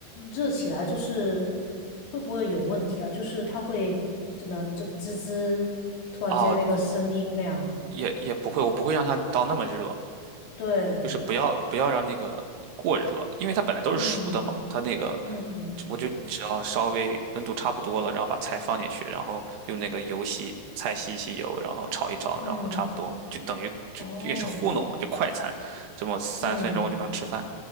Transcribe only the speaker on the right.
啊，也也不会，我不会让它到那么热，
就是不要不要让那个过热，因为它本来都是熟的嘛，
它那个
我就只要稍微温度差不多了，然后把菜放进去，然后用那个油吸菜吸一吸油，然后炒一炒，
然后差不多就等于就就也是糊弄嘛，
就快餐，这么三分钟就能吃饭，